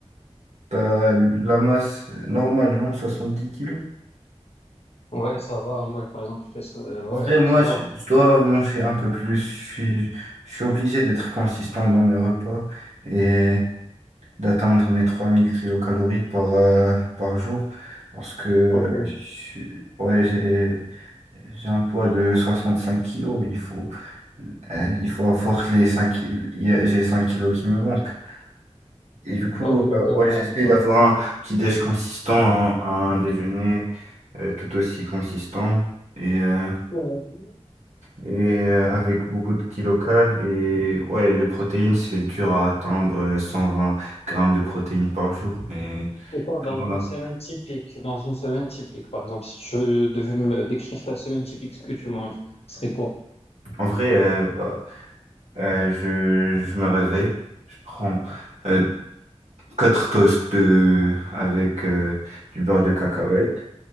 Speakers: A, on the right; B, on the left.
A: t'as as, la masse normale, non? 70 kilos?
B: Ouais, ça va. Moi, par exemple, je fais ça. euh, ouais,
A: Après, moi,
B: ça va.
A: je, je dois manger un peu plus. Je suis, je suis obligé d'être consistant dans mes repas et d'atteindre mes 3000 kilocalories par, euh, par jour parce que
B: Ok.
A: je suis- ouais, j'ai, j'ai un poids de 65 kilos. Il faut, euh, il faut avoir les 5 kilos. J'ai 5 kilos qui me manquent. Et du coup,
B: Ok,
A: euh,
B: ça
A: ouais,
B: va,
A: j'essaie
B: je vois.
A: d'avoir un petit déj consistant, un, un déjeuner euh, tout aussi consistant. Et, euh,
B: Ouais.
A: et euh, avec beaucoup de qui local. Et ouais, les protéines, c'est dur à atteindre euh, 120 grammes de protéines par jour. Mais
B: Et toi, dans
A: voilà.
B: une semaine typique, dans une semaine typique, par exemple, si tu devais me décrire ta semaine typique, ce que tu manges, ce serait quoi?
A: En vrai, euh, bah, euh, je, je me réveille, je prends euh, 4 toasts de- avec euh, du beurre de cacahuète,